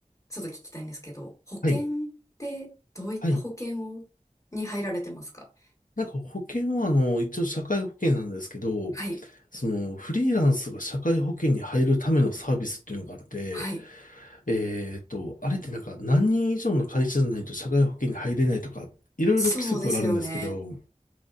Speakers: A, on the left; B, on the left.
A: ちょっと聞きたいんですけど、保険ってどういった保険を、
B: <laughs> はい。はい。
A: に入られてますか
B: なんか保険はあの、一応社会保険なんですけど、
A: はい。
B: そのフリーランスが社会保険に入るためのサービスっていうのがあって、
A: はい。
B: えっと、あれってなんか何人以上の会社じゃないと社会保険に入れないとか、いろいろ規則があるんですけど、
A: そうですよね。